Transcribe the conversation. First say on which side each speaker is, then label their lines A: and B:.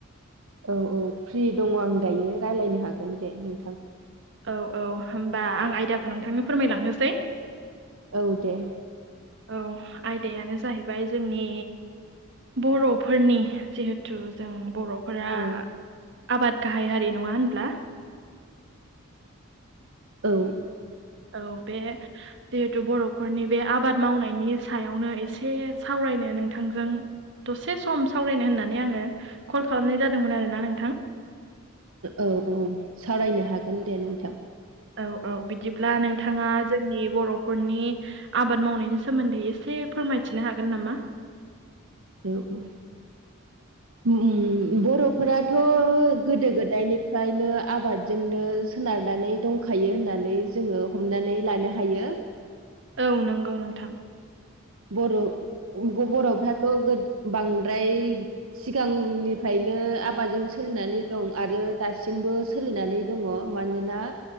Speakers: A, on the right; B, on the right.
A: औ औ फ्रि दङ आं दायो रायज्लायनो हागोन दे नोंथां
B: औ औ होमबा आं आयदाखौ नोंथांनि फोरमायलांनोसै,
A: औ दे।
B: औ आयदायानो जाहैबाय जोंनि। बर'फोरनि जिहेथु जों बर'। फोरा
A: औ
B: आबाद गाहाय हारि नङा होनब्ला?
A: औ।
B: औ बे। जिहेथु बर'फोरनि बे आबाद मावनायनि सायावनो एसे सावरायनो नोंथांजों। दसे सम सावरायनो होननानै आङो कल खालामनाय जादोंमोन आरोना नोंथां।
A: औ औ सावरायनो हागोन दे नोंथां।
B: औ औ बिदिब्ला नोंथाङा। जोंनि बर'फोरनि आबाद मावनायनि सोमोन्दै एसे फोरमायथिनो हागोन नामा?
A: औ औ। ओम ओम बर'फोराथ' गोदो गोदायनिफ्रायनो आबादजोंनो सोनारनानै दंखायो होननानै जोङो हमनानै लानो हायो।
B: औ नंगौ नोंथां।
A: बर' बर'फ्राथ' गो बांद्राय। सिगांनिफ्रायनो आबादजों सोलिनानै दं आरो दासिमबो। सोलिनानै दङ मानोना।